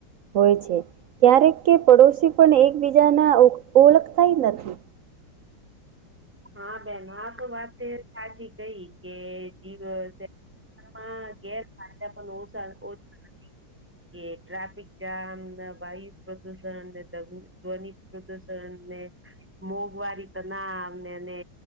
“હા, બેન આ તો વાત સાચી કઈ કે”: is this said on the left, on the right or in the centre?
Centre